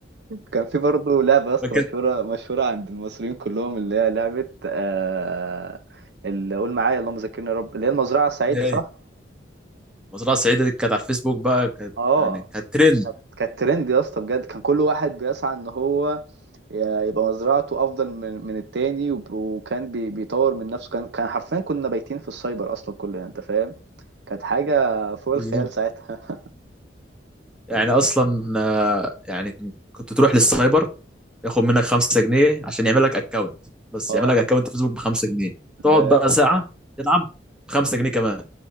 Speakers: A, on the right (about 60°); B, in the centre.
A: كان في برضه لعبة يا اسطى
B: فاكر
A: مشهورة مشهورة عند المصريين كلهم اللي هي لعبة آه اللي قول معايا اللهم ذكرني يا رب اللي هي المزرعة السعيدة
B: ايه
A: صح؟
B: مزرعه سعيده دي كانت على الفيسبوك بقى كانت
A: اه
B: يعني كانت ترند
A: كانت كانت ترند يا اسطى بجد كان كل واحد بيسعى ان هو ي- يبقى مزرعته افضل من من التاني وب- وكان بي- بيطور من نفسه كان كان حرفيا كنا بايتين في السايبر اصلا كلنا انت فاهم؟ كانت حاجة فوق الخيال
B: بالظبط
A: ساعتها <laughs>
B: يعني اصلا آه، يعني كن- كنت تروح للسايبر ياخد منك 5 جنيه عشان يعمل لك اكونت بس
A: اه
B: يعمل لك اكونت فيسبوك ب 5 جنيه تقعد
A: ده
B: بقى ساعه تلعب ب 5 جنيه كمان